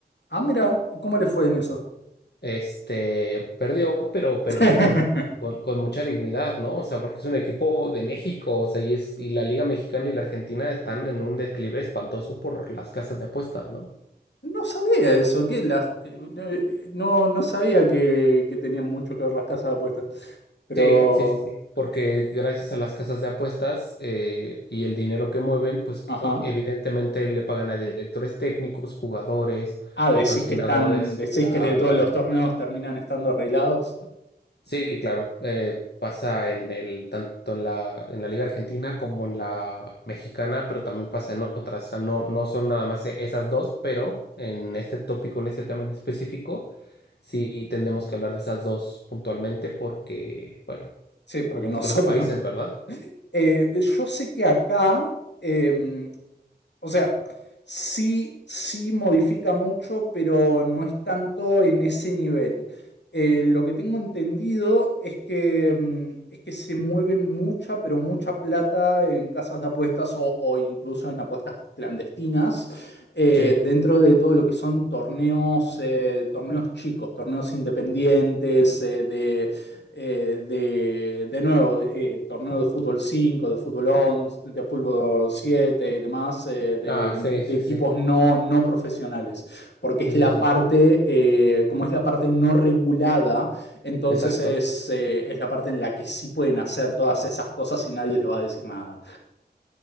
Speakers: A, on the left (about 85°); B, on the left (about 70°).
A: Ah, mira, ¿y ¿cómo le fue en eso?
B: Este perdió, pero perdió
A: <laughs>
B: con, con, con mucha dignidad, ¿no? O sea, porque es un equipo de México, o sea, y es, y la Liga Mexicana y la Argentina están en un declive espantoso por las casas de apuestas, ¿no?
A: No sabía eso, que las, eh, eh, no, no sabía que, que tenían mucho que ver las casas de apuestas. Pero,
B: Sí, sí, sí, sí, porque gracias a las casas de apuestas eh, y el dinero que mueven, pues
A: ajá.
B: o- evidentemente le pagan a directores técnicos, jugadores,
A: Ah,
B: patrocinadores,
A: decís que están, decís
B: bla,
A: que de
B: bla,
A: todos los
B: bla.
A: torneos terminan estando arreglados.
B: Sí, claro. eh, pasa en el, tanto en la, en la Liga Argentina como en la mexicana, pero también pasa en otras. O sea, no, no son nada más e- esas dos, pero en este tópico, en este tema en específico, sí tendremos que hablar de esas dos puntualmente porque, bueno,
A: Sí, porque
B: por nuestros
A: nosotros
B: países, ¿verdad?
A: Eh, yo sé que acá, em, o sea, sí, sí modifica mucho, pero no es tanto en ese nivel. Eh, lo que tengo entendido es que, em, es que se mueve mucha, pero mucha plata en casas de apuestas o, o incluso en apuestas clandestinas, eh,
B: Sí.
A: dentro de todo lo que son torneos, eh, torneos chicos, torneos independientes, eh, de eh, de, de nuevo, eh, torneo de fútbol cinco de fútbol once de fútbol 7 y demás, eh, de,
B: Ah, sí,
A: de,
B: sí,
A: equipos
B: sí.
A: no, no profesionales, porque es
B: Sí,
A: la
B: sí, sí.
A: parte, eh, como es la parte no regulada, entonces
B: Exacto,
A: es, eh, es la parte en la que sí pueden hacer todas esas cosas y nadie les va a decir nada.